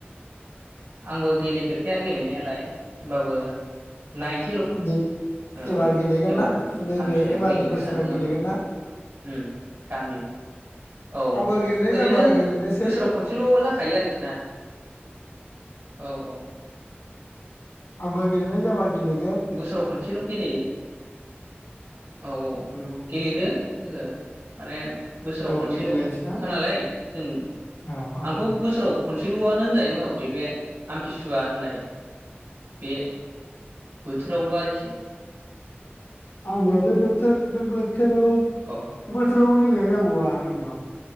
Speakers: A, on the right; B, on the left.
A: आंबो गेलेे फेरखाया गेलेनाया लाय होमबाबो नाय
B: <unintelligible>
A: ओ
B: एबार गेलेगोन
A: एबार
B: ना नैबे
A: आमथिसुवायाव
B: एबारनि
A: गेलेनो
B: बोसोराव
A: सानदों
B: गेलेगोन
A: आंबो
B: ना
A: उम गामियाव औ
B: आंबो गेलेनाय
A: ओरैनो
B: जाबा गेलेनोसै
A: बोसोराव खनसेल' जाखायो आरोखि ना औ औ।
B: आंबो गेलेनाय जाबाय गेले
A: बोसोराव खनसेल' गेले औ औ
B: औ
A: गेलेदो। लोगो माने बोसोराव
B: ज'
A: खनसेल'खा
B: गेलेलायनोसै ना
A: नालाय जों
B: आं
A: आंथ' बोसोराव मोनसेल'आनो होनजायो मुथा मुथि बे आमथिसुवा होननाय बे बोथोरावल' आरोखि।
B: आंबो बे बो थोर बे बोथोराव
A: औ
B: बोथोरावबो गेले जाबावा आंथ'